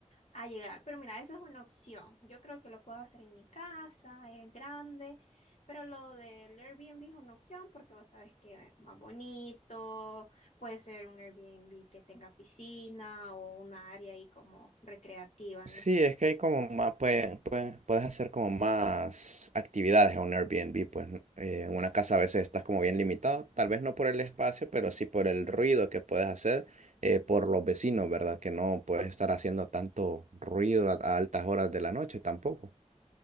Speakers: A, on the left (about 65°); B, on the right (about 70°).
A: a llegar. Pero mira, esa es una opción. Yo creo que lo puedo hacer en mi casa, es grande, pero lo del Airbnb es una opción porque vos sabes que es más bonito, puede ser un Airbnb que tenga piscina o un área ahí como recreativa,
B: Sí,
A: no sé.
B: es que hay como más, pues, pues, puedes hacer como más actividades en un Airbnb, pues ¿no? Eh, en una casa a veces estás como bien limitado, tal vez no por el espacio, pero sí por el ruido que puedes hacer eh, por los vecinos, ¿verdad? Que no puedes estar haciendo tanto ruido a, a altas horas de la noche tampoco.